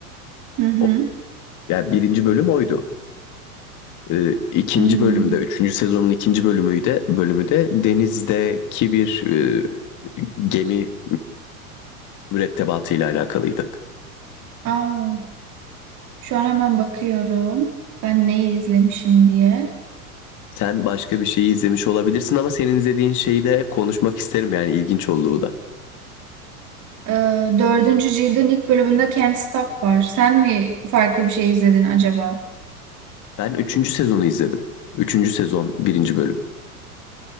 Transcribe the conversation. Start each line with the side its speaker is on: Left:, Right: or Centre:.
Right: Hı hı.
Left: O, yani birinci bölüm oydu. Ee, ikinci
Right: Hmm.
Left: bölümde, üçüncü sezonun ikinci bölümü de, bölümü de denizdeki bir e, gemi mürettebatıyla alakalıydı.
Right: Aa, şu an hemen bakıyorum. Ben neyi izlemişim diye.
Left: Sen başka bir şeyi izlemiş olabilirsin ama senin izlediğin şeyi de konuşmak isterim yani ilginç olduğu da.
Right: Ee, dördüncü cildin ilk bölümünde Can't Stop var. Sen mi farklı bir şey izledin acaba?
Left: Ben üçüncü sezonu izledim. Üçüncü sezon birinci bölüm.